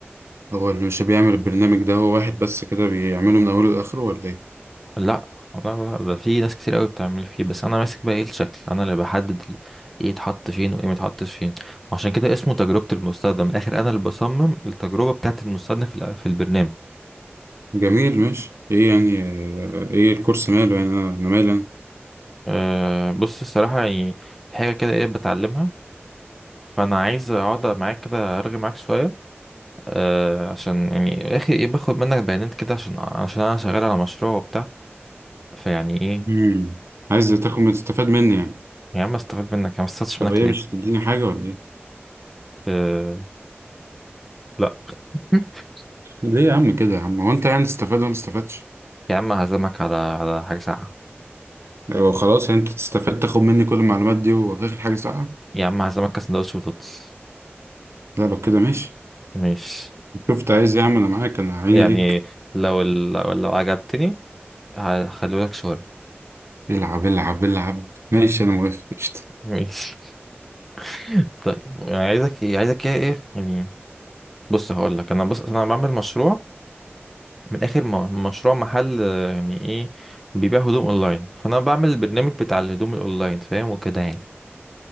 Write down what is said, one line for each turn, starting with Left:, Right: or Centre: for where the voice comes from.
Right: هو اللي مش بيعمل البرنامج ده هو واحد بس كده بيعمله من اوله لاخره ولا ايه
Centre: لا لا لا لا، ده في ناس كتير قوي بتعمل فيه بس انا ماسك بقى ايه الشكل انا اللي بحدد ال- ايه يتحط فين وايه ما يتحطش فين عشان كده اسمه تجربة المستخدم من الاخر انا اللي بصمم التجربة بتاعة المستخدم في ال- في البرنامج
Right: جميل ماشي ايه يعني آه، ايه الكورس ماله يعني انا أنا مالي انا
Centre: أه بص الصراحة يعني في حاجة كده ايه بتعلمها فانا عايز اقعد معاك كده ارغي معاك شوية أه عشان يعني يا اخي ايه باخد منك بيانات كده عشان عشان انا شغال على مشروع وبتاع فيعني ايه
Right: مم. عايز تاخد تستفاد مني يعني
Centre: يا عم استفاد منك يا عم استفدتش
Right: طب
Centre: منك
Right: ايه
Centre: ليه
Right: مش هتديني حاجة ولا ايه؟
Centre: أه... لا <laughs>
Right: ليه يا عم كده يا عم؟ هو انت يعني تستفاد ولا ما استفادش؟
Centre: يا عم هعزمك على على حاجة ساقعة
Right: يعني لو خلاص يعني انت تستفاد تاخد مني كل المعلومات دي وفي الاخر حاجة ساقعة؟
Centre: يا عم هعزمك على سندوتش بطاطس
Right: لا لو كده ماشي
Centre: مش
Right: شوف انت عايز ايه يا عم انا معاك انا عيني
Centre: يعني
Right: ليك
Centre: لو ال... لو لو عجبتني هخليهولك شاورما
Right: العب العب العب ماشي انا موافق قشطة
Centre: ماشي <laughs> طيب عايزك ايه عايزك ايه ايه يعني بص هقول لك انا بص انا بعمل مشروع من اخر م... مشروع محل آه، يعني ايه بيبيع هدوم اونلاين فانا بعمل البرنامج بتاع الهدوم الاونلاين فاهم وكده يعني